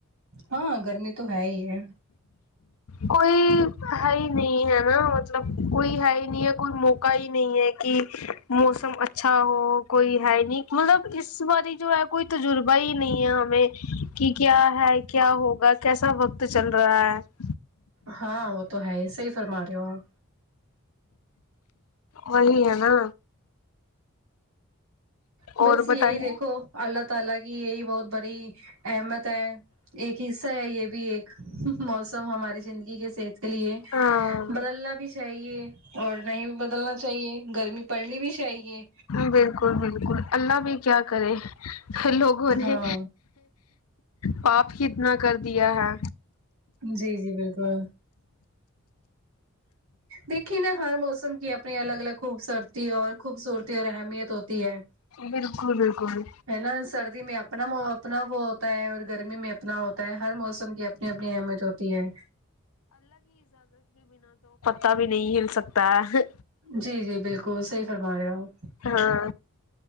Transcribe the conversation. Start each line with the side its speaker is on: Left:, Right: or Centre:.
Right: ہاں گرمی تو ہے ہی ہے
Left: کوئی بھائی نہیں ہے نا مطلب کوئی ہے ہی نہیں ہے کوئی موقع ہی نہیں ہے کہ موسم اچھا ہو کوئی ہے نہیں مطلب اس باری جو ہے کوئی تجربہ ہی نہیں ہے ہمیں کی کیا ہے کیا ہوگا کیسا وقت چل رہا ہے
Right: ہاں وہ تو ہے صحیح فرما رہی ہو آپ
Left: وہی ہے نا
Right: بس
Left: اور
Right: یہی
Left: بتائیے
Right: دیکھو اللہ تعالی کی یہی بہت بڑی احمت ہے ایک حصہ ہے یہ بھی ایک موسم ہماری زندگی کے صحت اس کے لیے
Left: ہاں
Right: بدلنا بھی چاہیے اور نہیں بھی بدلنا چاہیے گرمی پڑھنی بھی چاہیے
Left: بالکل بالکل اللہ بھی کیا کرے لوگوں
Right: ہاں
Left: نے پاپ کتنا کر دیا ہے
Right: جی جی بلکل دیکھیے نا ہر موسم کی اپنی الگ الگ خوبصورتی ہے اور خوبصورتی اور اہمیت ہوتی ہے
Left: بالکل بالکل
Right: ہے نا سردی میں اپنا اپنا وہ ہوتا ہے اور گرمی میں اپنا ہو ہو تا ہے ہر موسم کی اپنی اپنی اہمیت ہوتی ہے
Left: کبھی نہیں ہل سکتا ہے
Right: جی جی بالکل صحیح فرما رہے ہو
Left: ہاں